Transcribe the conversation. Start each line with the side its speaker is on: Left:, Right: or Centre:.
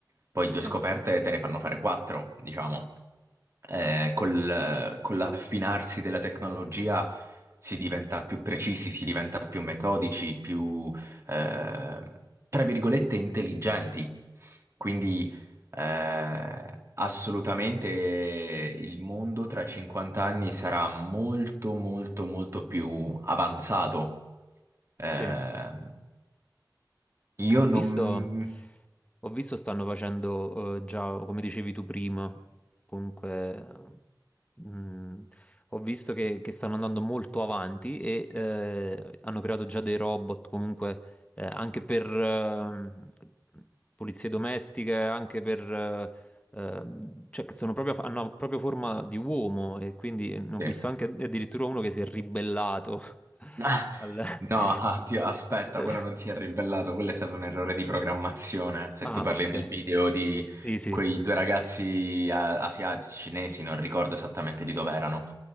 Right: poi due
Left: Sì,
Right: scoperte te ne fanno fare quattro, diciamo. eh, col- con l'affinarsi della tecnologia si diventa più precisi, si diventa più metodici, più, eh, tra virgolette, intelligenti. Quindi, eh, assolutamente il mondo tra 50 anni sarà molto, molto, molto più avanzato. Eh,
Left: sì.
Right: io
Left: Ho
Right: non...
Left: visto, Ho visto stanno facendo eh, già, come dicevi tu prima, comunque, mm, ho visto che, che stanno andando molto avanti e eh, hanno creato già dei robot comunque eh, anche per ehm, pulizie domestiche, anche per... eh, ehm, cioè che sono proprio, hanno proprio forma di uomo e quindi eh, ho
Right: sì.
Left: visto anche addirittura uno che si è ribellato <laughs>
Right: Ah,
Left: al... <laughs>
Right: No, ah, Dio, aspetta,
Left: Eh,
Right: quello non si è ribellato, quello è stato un errore di programmazione. Se
Left: Ah,
Right: tu parli
Left: ok.
Right: del video di
Left: Sì, sì,
Right: quei due ragazzi a- asiatici, cinesi, non ricordo esattamente di dove erano.